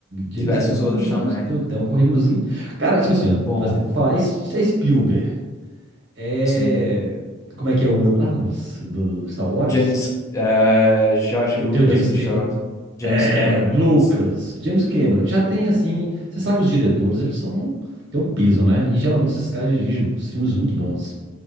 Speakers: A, on the right (about 60°); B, on the left (about 15°).
A: James
B: Diversos
A: Gunn tem,
B: outros
A: tem,
B: também.
A: um, tem um currículozinho. Cara, tipo assim, ó,
B: Bom,
A: por exemplo, vou falar, é é Spielberg. É.
B: sim.
A: Como é que é o outro lá, moço? Do, do- do Star Wars?
B: James, eh, George Lucas,
A: Tem o James
B: o
A: Cameron.
B: Star Wars. James
A: É,
B: Cameron
A: Lucas,
B: Lucas.
A: James Cameron, já tem assim, você sabe que os diretores, eles são, têm um peso, né? E geralmente esses caras dirigem filmes muito bons.